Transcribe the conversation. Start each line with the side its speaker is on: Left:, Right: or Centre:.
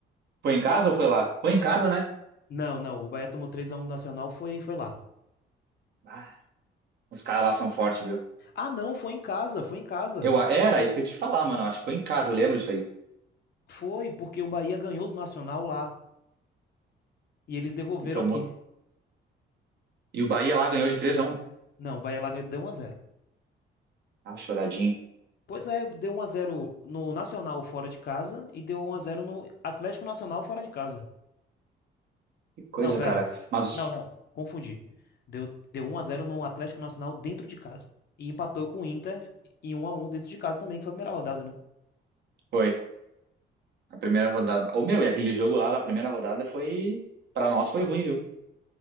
Right: foi em casa ou foi lá? Foi em casa, né?
Left: Não, não, o Bahia tomou três a um do Nacional, foi, foi lá.
Right: Ah, os caras lá são fortes, viu?
Left: Ah, não, foi em casa, foi em casa.
Right: Eu, a- era isso que eu ia te falar, mano. Acho que foi em casa, eu lembro isso aí.
Left: Foi, porque o Bahia ganhou do Nacional lá. E eles devolveram
Right: E tomou.
Left: aqui.
Right: E o Bahia lá ganhou de três a um.
Left: Não, o Bahia lá ganhou, deu um a zero.
Right: Ah, choradinho.
Left: Pois é, deu um a zero no Nacional fora de casa e deu um a zero no Atlético Nacional fora de casa.
Right: Que coisa,
Left: Não, pera.
Right: cara. Mas
Left: Não, não. Confundi. Deu, deu um a zero no Atlético Nacional dentro de casa. E empatou com o Inter em um a um dentro de casa também, que foi a primeira rodada, né?
Right: foi. A primeira rodada. Ô, meu, e aquele jogo lá da primeira rodada foi. Pra nós foi ruim, viu?